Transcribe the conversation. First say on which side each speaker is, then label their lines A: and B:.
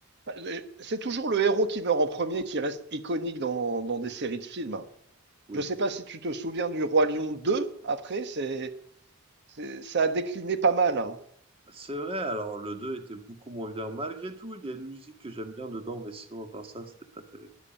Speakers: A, on the right; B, on the right.
A: bah, le- c'est toujours le héros qui meurt en premier qui reste iconique dans, dans des séries de films.
B: Oui.
A: Je ne sais
B: tout
A: pas si
B: à fait.
A: tu te souviens du Roi Lion 2. après, c'est, c'est- ça a décliné pas mal. hein.
B: C'est vrai, alors le 2 était beaucoup moins bien. Malgré tout, il y a une musique que j'aime bien dedans, mais sinon, à part ça, c'était pas terrible.